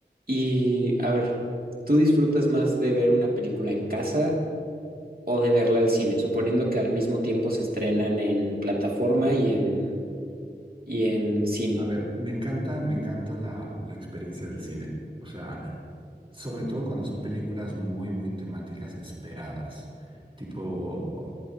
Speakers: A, on the right; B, on the right.
A: Y a ver, ¿tú disfrutas más de ver una película en casa o de verla al cine? Suponiendo que al mismo tiempo se estrenan en plataforma y en, y en cine.
B: A ver, me encanta, me encanta la, la experiencia del cine. O sea, sobre todo cuando son películas muy, muy temáticas esperadas, tipo